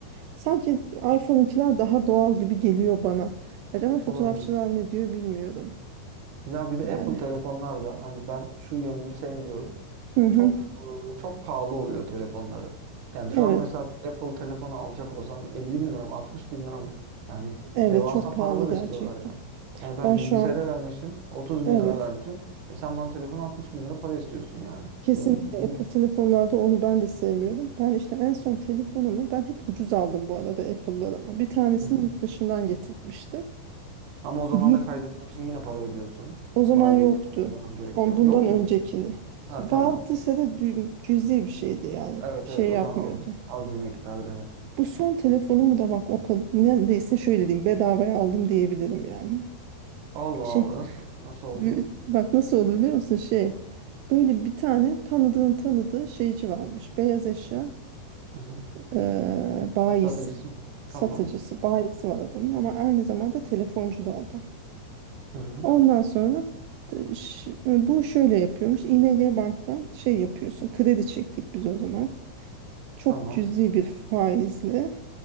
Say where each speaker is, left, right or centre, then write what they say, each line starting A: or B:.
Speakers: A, on the right; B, on the right.
A: Sanki iPhone'unkiler daha doğal gibi geliyor bana. Acaba fotoğrafçılar
B: olabilir.
A: ne diyor bilmiyorum
B: Ya bir de
A: yani.
B: Apple telefonlarda hani ben şu yönünü sevmiyorum.
A: Hı hı.
B: Çok e, çok pahalı oluyor telefonları. Yani
A: Evet.
B: şu an mesela bir Apple telefonu alacak olsam 50 bin lira mı 60 bin lira mı? Yani
A: Evet
B: devasa
A: çok pahalı
B: paralar
A: gerçekten.
B: istiyorlar yani. Yani ben
A: Ben
B: bilgisayara
A: şu an
B: vermişim 30
A: Evet.
B: bin lira vermişim. E sen bana telefonu 60 bin lira para istiyorsun yani.
A: Kesinlikle
B: E bu, bunu...
A: Apple telefonlarda onu ben de sevmiyorum. Ben işte en son telefonumu ben hep ucuz aldım bu arada Apple'larımı. Bir tanesini
B: Hı hı.
A: yurt dışından getirmiştim.
B: Ama o zaman
A: Di.
B: da kaydetmek için yine para ödüyorsun.
A: O zaman
B: Maliyeye
A: yoktu.
B: para ödemem gerekiyor.
A: On, bundan
B: Yok
A: öncekini.
B: muydu? Ha
A: Vardıysa
B: tamam.
A: da dü- cüzi bir şeydi yani.
B: Evet
A: Şey
B: evet o
A: yapmıyordu.
B: zaman az, az bir miktarda evet.
A: Bu son telefonumu da bak o kadar neredeyse şöyle diyeyim bedavaya aldım diyebilirim yani.
B: Allah
A: Şey
B: Allah. Nasıl nasıl oldu?
A: dü- bak nasıl olur biliyor musun şey Böyle bir tane tanıdığın tanıdığı şeyci varmış. Beyaz eşya
B: Hı hı.
A: e, bayisi,
B: Satıcısı mı?
A: satıcısı,
B: Tamam.
A: bayisi var adamın ama aynı zamanda telefoncu da adam.
B: Hı hı.
A: Ondan sonra t- ş- bu şöyle yapıyormuş. ING Bank'tan şey yapıyorsun. Kredi çektik biz o zaman. Çok
B: Tamam.
A: cüzi bir faizle